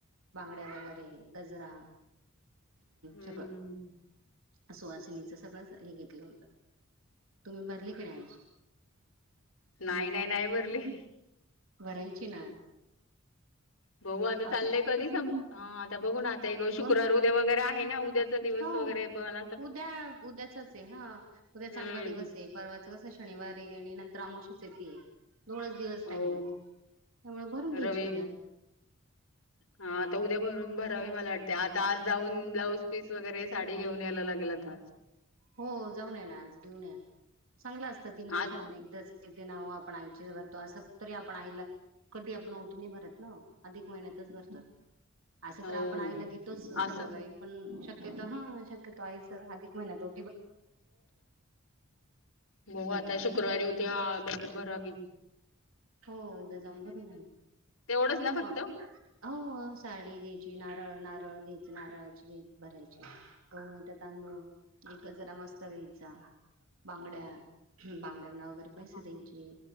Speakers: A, on the right (about 75°); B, on the left (about 80°).
A: बांगड्या वगैरे गजरा.
B: हम्म
A: सगळं. सुवासिनीच सगळंच हे घेतलं होत तुम्ही भरली का नाही आईची.
B: नाही नाही नाही भरली.
A: भरायची ना.
B: बघू आता चाललंय
A: असं
B: कधी सम आता बघू ना आता गं शुक्रवार
A: बघ
B: उद्या वगैरे आहे ना उद्या चां दिवस
A: हो
B: वगैरे बल
A: उद्या उद्याचाच आहे हा उद्या
B: हम्म
A: चांगला दिवस आहे परवाचा कसं शनिवारी आहे आणि नंतर अमावश चे ते दोनच दिवस
B: हो
A: राहिले त्यामुळे भरून घ्यायची
B: रवी
A: उद्या.
B: हा आता उद्या भरून भरावी मला वा त्या आता आज जाऊन ब्लाऊज पीस वगैरे साडी घेऊन यायला लागेलत आता आज.
A: हो जाऊन या ना आज घेऊन या चांगला असतं तीन वर्षातून
B: आज
A: एकदाच तेन तेनाव आपण आईचे भरतो असं तरी आपण आईला कधी आपण ओटी भरत ना अधिक महिन्यात च भरतात असं
B: हो
A: तर आपण आईला घेतोच
B: असंच
A: सगळं काही पण शक्यतो हा शक्यतो आईच अधिक महिन्या तो
B: बघु
A: चांगलं
B: आता
A: असत
B: शुक्रवारी उद्या बरबर अबी
A: हो उद्या जाऊन भरून आले
B: तेवढंच ना फक्त
A: हो
B: हा
A: हो साडी घे चे नारळ नारळ घ्याय नारळाची भरायची <unintelligible> तांदूळ एक गजरा मस्त घ्यायचं बांगड्या हम्म बांगड्या ना वगैरे पैसे
B: हा
A: द्यायचे